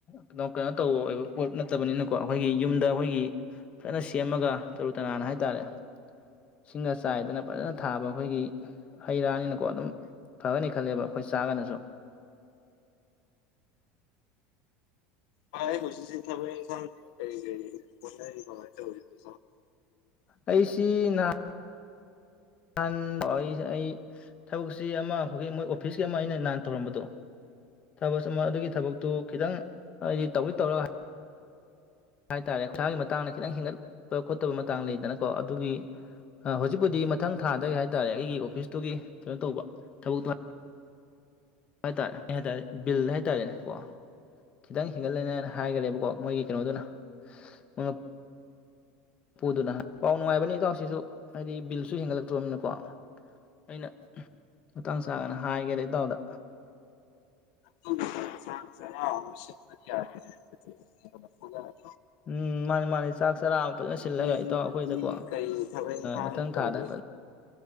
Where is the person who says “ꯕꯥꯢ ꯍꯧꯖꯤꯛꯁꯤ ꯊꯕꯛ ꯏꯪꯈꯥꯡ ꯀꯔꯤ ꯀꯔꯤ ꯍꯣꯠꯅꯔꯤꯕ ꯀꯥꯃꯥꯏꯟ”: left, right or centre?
Left